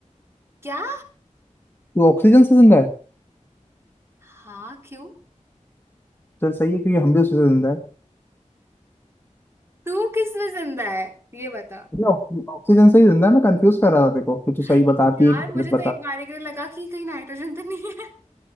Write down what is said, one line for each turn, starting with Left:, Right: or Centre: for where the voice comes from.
Right: क्या
Left: तो ऑक्सीजन से जिंदा है
Right: हाँ क्यों
Left: चल सही है क्योंकि हम भी उसी से जिंदा है
Right: तू किस में जिंदा है ये बता
Left: नो ऑक्सीजन से ही जिंदा है, मैं कंफ्यूज कर रहा था देखो कि तू सही
Right: यार
Left: बताती है कि गलत
Right: मुझे
Left: बता
Right: तो एक बार के लिए लगा कि कहीं नाइट्रोजन तो नहीं है